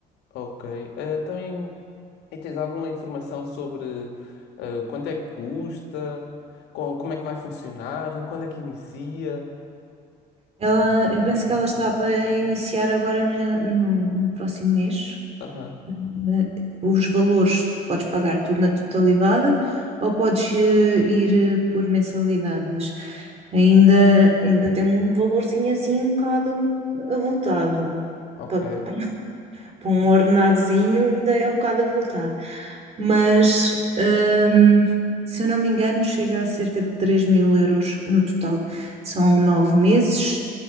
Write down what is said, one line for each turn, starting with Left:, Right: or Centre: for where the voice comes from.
Left: Ok. Ah, então, em- e tens alguma informação sobre ah, quanto é que custa? Co- como é que vai funcionar? Quando é que inicia?
Right: Ela, eu penso que ela está para iniciar agora na- no, no próximo mês.
Left: Aham.
Right: na- os valores, tu podes pagar tudo na totalidade ou podes eh, ir eh, por mensalidades. Ainda, ainda tem um valorzinho assim um bocado avultado.
Left: Ok.
Right: Pa- para um ordenadozinho ainda é um bocado avultado. Mas, hum, se eu não me engano, chega a cerca de 3 mil euros no total. São nove meses